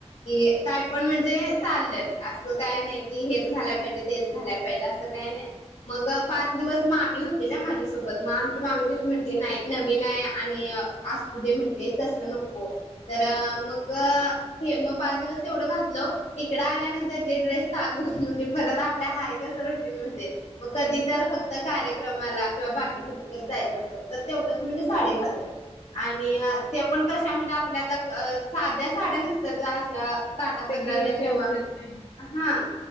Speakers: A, on the left (about 75°); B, on the left (about 55°).
A: ए, काय पण म्हणजे! चाललं, असं काय नाही की, हेच घालायला पाहिजे तेच घालायला पाहिजे, असं काय नाही. मग पाच दिवस मामी होती ना, माझ्यासोबत मग आमची मामी कशी म्हणते नाही. नवीन आहे. आणि असू दे म्हटले, तस नको तर मग हे, मग पाच दिवस तेवढं घातलं इकड आल्यानंतर जे ड्रेस चालू म्हणजे, परत आपल्या हाय तस रुटीनमध्ये मग कधी तर फक्त कार्य क्रमाला किंवा बाहेर कुठेतरी जायचं असेल तर, तेवढंच म्हणजे साडी घालतात. आणि ते पण कशा म्हणजे आपल्या आता साध्या साड्या नसतात अशा काटा
B: रेग्युलरच्या
A: पदराच्या किंवा
B: असतात त्या
A: हा,